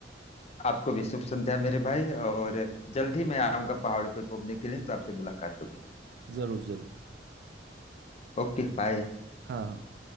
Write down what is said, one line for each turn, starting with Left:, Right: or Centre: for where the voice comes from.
Left: आपको भी शुभ संध्या मेरे भाई और जल्द ही मैं आऊँगा पहाड़ों पे घूमने के लिए तो आपसे मुलाकात होगी
Right: ज़रूर ज़रूर
Left: Okay bye
Right: हाँ हाँ